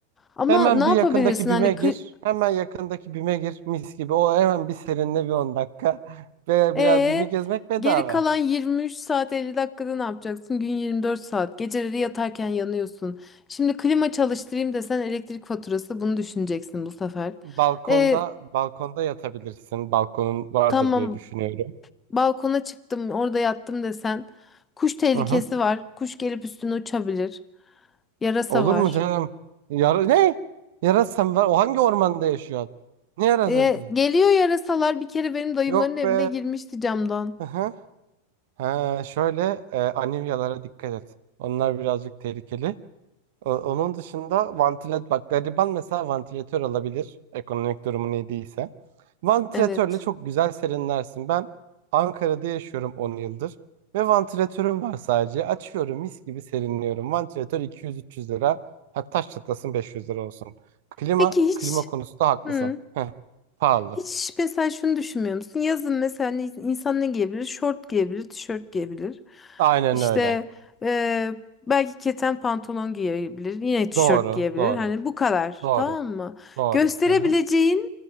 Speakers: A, on the left; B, on the right.
A: Ama
B: Hemen
A: ne yapabilirsin
B: bir yakındaki BİM'e
A: hani
B: gir.
A: kı
B: Hemen yakındaki BİM'e gir. Mis gibi. O hemen bir serinle bir 10 dakika. Ve
A: ee,
B: biraz BİM'i gezmek bedava.
A: geri kalan 23 saat 50 dakikada ne yapacaksın? Gün 24 saat. Geceleri yatarken yanıyorsun. Şimdi klima çalıştırayım desen elektrik faturası bunu düşüneceksin bu sefer.
B: Balkonda
A: E,
B: balkonda yatabilirsin. Balkonun vardır
A: tamam
B: diye düşünüyorum.
A: balkona çıktım, orada yattım desen kuş tehlikesi
B: Hı hı.
A: var. Kuş gelip üstüne uçabilir. Yarasa
B: Olur
A: var.
B: mu canım? Yara ne? Yarasa var? O hangi ormanda yaşıyor? Ne yarasası?
A: E, geliyor yarasalar bir kere benim dayımların
B: Yok
A: evine
B: be.
A: girmişti camdan.
B: Hı hı. Ha, şöyle e, anivyalara dikkat et. Onlar birazcık tehlikeli. O- Onun dışında vantilatör bak gariban mesela vantilatör alabilir ekonomik durumu ne değilse. Vantilatörle
A: Evet.
B: çok güzel serinlersin. Ben Ankara'da yaşıyorum 10 yıldır ve vantilatörüm var sadece. Açıyorum mis gibi serinliyorum. Vantilatör 200-300 lira. Hatta taş çatlasın 500 lira olsun. Klima,
A: Peki hiç?
B: klima konusunda haklısın.
A: Hı.
B: Heh, pahalı.
A: Hiç mesela şunu düşünmüyor musun? Yazın mesela ne- insan ne giyebilir? Şort giyebilir, tişört giyebilir.
B: Aynen
A: İşte
B: öyle.
A: eee, belki keten pantolon giyebilir, yine tişört
B: Doğru,
A: giyebilir.
B: doğru,
A: Hani bu kadar,
B: doğru,
A: tamam mı?
B: doğru.
A: Gösterebileceğin
B: Hı hı,